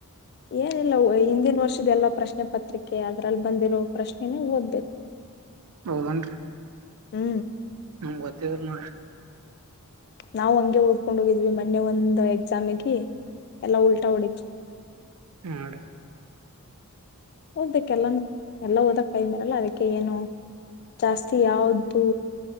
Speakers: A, on the left (about 45°); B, on the right (about 75°).
A: ಏನಿಲ್ಲ ಹಿಂದಿನ ವರ್ಷದ ಎಲ್ಲಾ ಪ್ರಶ್ನೆ ಪತ್ರಿಕೆ ಅದ್ರಲ್ಲಿ ಬಂದಿರೋ ಪ್ರಶ್ನೆನೇ ಓದ್ಬೇಕು
B: ಹೌದ ಏನ್ ರಿ
A: ಹೂ
B: ನಂಗೆ ಗೊತ್ತ ಇರ್ಲಿಲ್ಲ ನೋಡ್ರಿ
A: ನಾವ್ ಹಂಗೆ ಓದ್ಕೊಂಡ್ ಹೋಗಿದ್ವಿ ಮೊನ್ನೆ ಒಂದ್ ಎಕ್ಸಾಮಗಿ ಎಲ್ಲಾ ಉಲ್ಟಾ ಹೊಡವಿ
B: ಹೂ
A: ಓದಕ್ಕೆ ಎಲ್ಲ ಎಲ್ಲ ಓದಕ್ ಟೈಮ್ ಮಿರಲ್ಲ ಅದಕ್ಕೆ ಏನು ಜಾಸ್ತಿ ಯಾವ್ದು